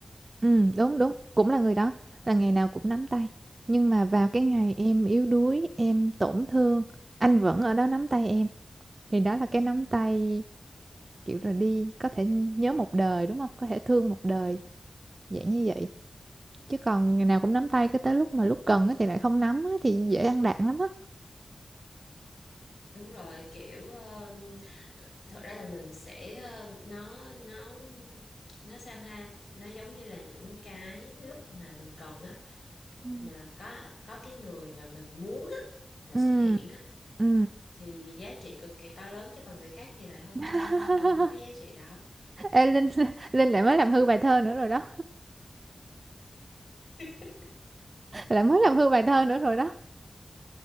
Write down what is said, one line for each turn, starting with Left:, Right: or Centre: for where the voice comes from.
Right: ừ đúng đúng cũng là người đó là ngày nào cũng nắm tay nhưng mà vào cái ngày em yếu đuối em tổn thương anh vẫn ở đó nắm tay em thì đó là cái nắm tay kiểu là đi có thể nhớ một đời đúng không có thể thương một đời dạng như vậy chứ còn ngày nào cũng nắm tay cái tới lúc mà lúc cần á thì lại không nắm á thì dễ ăn đạn lắm á
Left: Đúng rồi, kiểu ờ, thật ra là mình sẽ ờ, nó nó nó sao ha, nó giống như là những cái lúc mà mình cần á
Right: Ừ.
Left: mà có có cái người mà mình muốn á mà
Right: ừ
Left: xuất hiện á
Right: ừ
Left: thì giá trị cực kỳ to lớn chứ còn người khác thì lại không
Right: <laughs>
Left: không không không có giá trị đó
Right: Ê, Linh Linh lại mới làm hư bài thơ nữa rồi đó
Left: <laughs>
Right: lại mới làm hư bài thơ nữa rồi đó